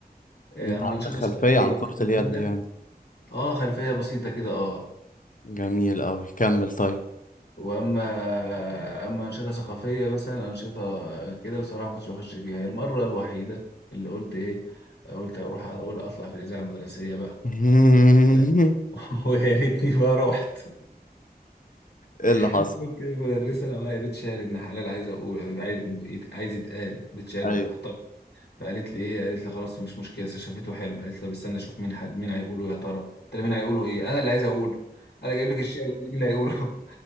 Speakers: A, on the left; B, on the left.
A: آه،
B: انت
A: اما
B: عندك
A: انشطه
B: خلفية
A: ثقافيه
B: عن
A: والكلام
B: كرة اليد
A: من ده
B: يعني
A: اه خلفيه بسيطه كده اه
B: جميل اوي كمل طيب
A: واما اما انشطه ثقافيه مثلا انشطه كده بصراحه ما كنتش بخش فيها هي المره الوحيده اللي قلت ايه قلت اروح اقول اطلع في الاذاعه المدرسيه بقى
B: <laughs>
A: لا. <laughs> ويا ريتني ما رحت <laughs>
B: ايه اللي حصل
A: قلت المدرسه انا معايا بيت شعر ابن حلال عايز اقول عايز عايز يتقال بيت شعر
B: ايوه
A: محترم فقالت لي ايه قالت لي خلاص مش مشكله شافته حلو قالت لي بستنى اشوف مين حد مين هيقوله يا ترى قلت لها مين هيقوله ايه انا اللي عايز اقوله انا جايب لك الشعر مين اللي هيقوله <laughs>